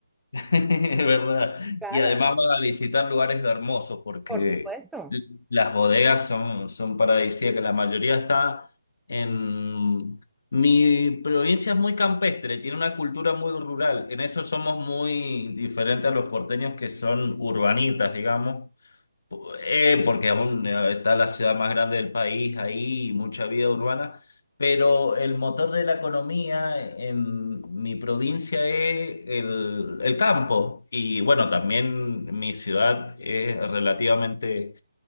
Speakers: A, on the left (about 50°); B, in the centre.
A: <laughs> Es verdad.
B: Claro.
A: Y además va a visitar lugares hermosos porque
B: Por supuesto.
A: l- las bodegas son, son paradisíacas. La mayoría está en... Mi provincia es muy campestre, tiene una cultura muy rural. En eso somos muy diferentes a los porteños que son urbanitas, digamos. Eh, porque es un- está la ciudad más grande del país ahí, mucha vida urbana, pero el motor de la economía en mi provincia es el, el campo. Y bueno, también mi ciudad es relativamente